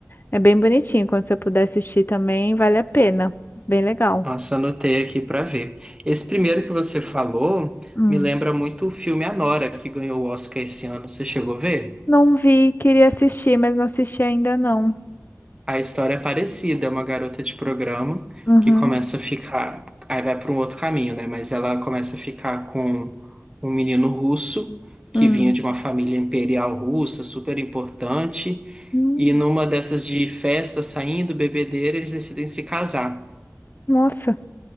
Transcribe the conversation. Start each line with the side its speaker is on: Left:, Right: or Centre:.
Left: É bem bonitinho. Quando você puder assistir também, vale a pena. Bem legal.
Right: Nossa, anotei aqui para ver. Esse primeiro que você falou
Left: Hum.
Right: me lembra muito o filme Anora, que ganhou o Oscar esse ano. Você chegou a ver?
Left: Não vi, queria assistir, mas não assisti ainda não.
Right: A história é parecida, é uma garota de programa
Left: Uhum.
Right: que começa a ficar, aí vai para um outro caminho, né? Mas ela começa a ficar com um menino russo que
Left: Hum.
Right: vinha de uma família imperial russa, super importante,
Left: Hum.
Right: e numa dessas de festa, saindo, bebedeira, eles decidem se casar.
Left: Nossa,